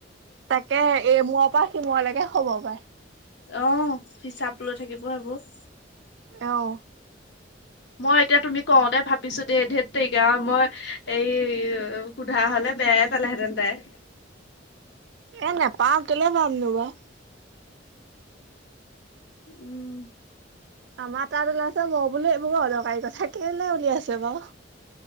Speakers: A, on the right (about 65°); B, on the left (about 65°).
A: তাকে এ মূৰৰ পৰা সিমূৰলৈকে হব পাৰে।
B: অঁ হিচাপ লৈ থাকিব সেইবোৰ।
A: আহঁ।
B: মই এতিয়া তুমি কওঁতে ভাবিছো দেই, ধেৰ তেৰিকা মই এই সোধা হলে। বেয়াই পালে হেঁতেন তাই।
A: এ নাপাওঁ কেলে পাম নো বাও।
B: উম।
A: আমাৰ তাত ওলাইছে মই বোলে এইবোৰ অদকাৰি কথা কেলে উলিয়াইছে বাও।